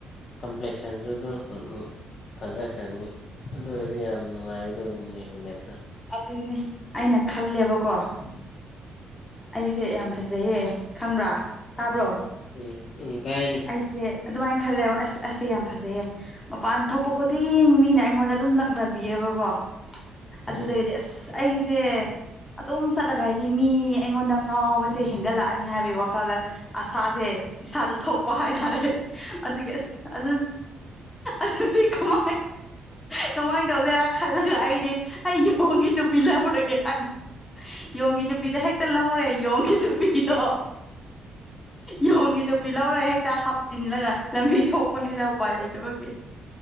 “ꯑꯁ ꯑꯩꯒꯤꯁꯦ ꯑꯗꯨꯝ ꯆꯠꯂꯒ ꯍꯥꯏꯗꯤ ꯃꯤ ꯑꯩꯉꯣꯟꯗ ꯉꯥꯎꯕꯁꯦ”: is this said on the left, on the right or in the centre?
Left